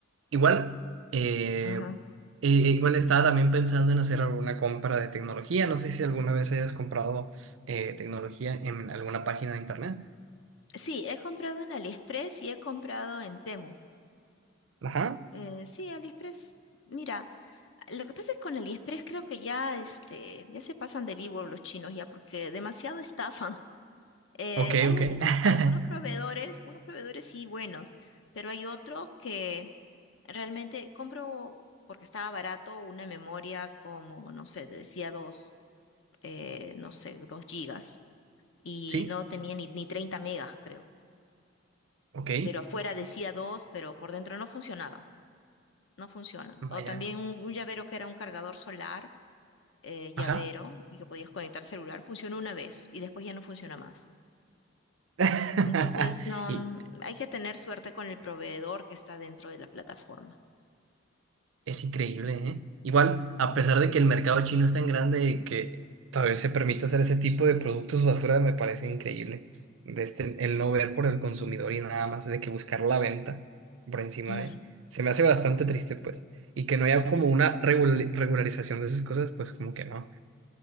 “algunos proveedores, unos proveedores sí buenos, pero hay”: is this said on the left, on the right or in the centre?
Left